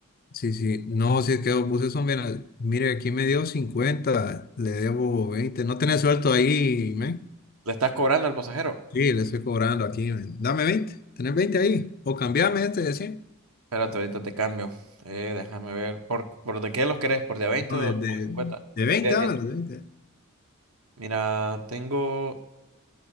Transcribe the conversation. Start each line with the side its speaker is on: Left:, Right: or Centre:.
Left: Sí, sí, no, si es que vos puse eso, mira, mire, aquí me dio cincuenta le debo veinte no tenés suelto ahí, men.
Right: le estás cobrando al pasajero.
Left: Sí, le estoy cobrando aquí, men. Dame veinte tenés 20 ahí, o cambiame este de cien
Right: Espérate, ahorita te cambio. Eh, déjame ver. ¿Por, por de qué los querés? ¿Por de a 20
Left: no,
Right: o
Left: de,
Right: de
Left: de,
Right: 50?
Left: de 20,
Right: Por de a
Left: dame
Right: 10.
Left: los veinte
Right: Mira, tengo.